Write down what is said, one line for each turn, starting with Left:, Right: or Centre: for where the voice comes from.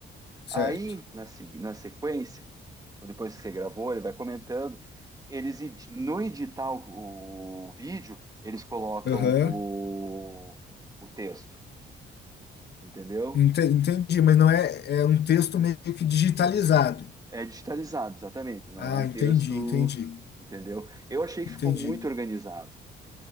Left: certo.
Right: Aí, na, se- na sequência, ou depois que você gravou, ele vai comentando, eles edi- no editar o, o vídeo, eles colocam
Left: Aham.
Right: o, o texto, entendeu?
Left: Ente- Entendi, mas não é, é um texto meio que digitalizado.
Right: É digitalizado, exatamente, não
Left: Ah,
Right: é um
Left: entendi,
Right: texto,
Left: entendi,
Right: entendeu? Eu achei que
Left: entendi.
Right: ficou muito organizado.